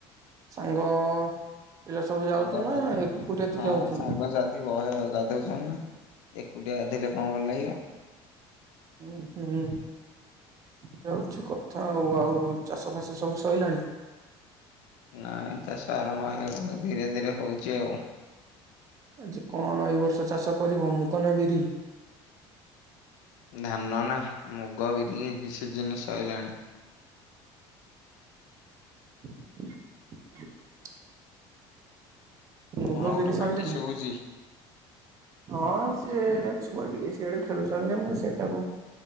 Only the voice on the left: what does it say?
ସାଙ୍ଗସାଥି
ହଁ
ସାଙ୍ଗସାଥି ବୟ ଗାଧୁ ଏକୁଟିଆ ଗାଧେଲେ କଣ ଭଲ ଲାଗିବ?
ନାଇଁ ତା ସାର ମା ଧୀରେ ଧୀରେ ହଉଛି ଆଉ।
ଧାନ ନା ମୁଗ ବିରିିକ କିଛି ଜିନିଷ ସଇଲାଣି।
କଣ
ଗୋଟେ
ପାଟି ଶୁଭୁଛି।